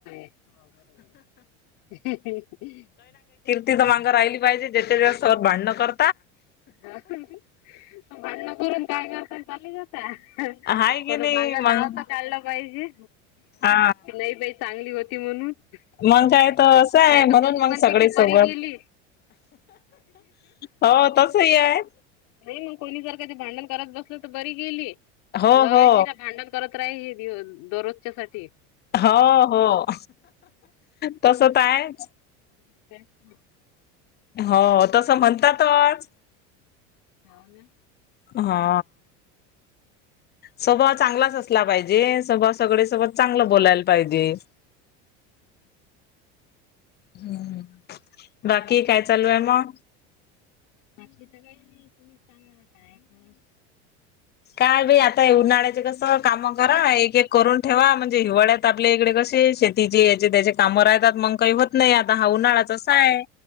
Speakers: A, on the left; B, on the left.
A: <unintelligible>
B: तिथ तर माग राहिली पाहिजे जे <unintelligible> भांडण कर
A: <unintelligible> भांडण करून काय करतात <unintelligible>
B: हाय
A: <unintelligible>
B: की
A: कोणी
B: नाही
A: माझ
B: मग
A: नाव तर काढलं पाहिजे.
B: हा
A: नाय बाई चांगली होती म्हणून, नाहीतर
B: मग काय तर असं आहे म्हणून
A: कोणी
B: मग
A: म्हणते
B: सगळे
A: की
B: सोबत
A: परी गेली.
B: हो, तसही आहे.
A: मग कोणी जर कधी भांडण करत बसलं तर परी गेली.
B: हो
A: लय
B: हो
A: तिरा भांडण करत राहील एक दिवस दररोजच्या साठी.
B: हो हो तस ताय
A: <unintelligible>
B: हो तसं म्हणतातच
A: हो ना
B: हा स्वभाव चांगलाच असला पाहिजे स्वभाव सगळे सोबत चांगलं बोलायला पाहिजे.
A: <inaudible>
B: हू बाकी काय चालू हाय म
A: बाकीच काय नाही तुम्ही सांगा कायतर
B: काय बाई आता हे उन्हाळ्याच कसं काम करा एक एक करून ठेवा म्हणजे हिवाळ्यात आता आपल्या इकडे कशि शेतीचे याची त्याची कामं राहतात मग काय होत नाही आता हा उन्हाळा असा हाय.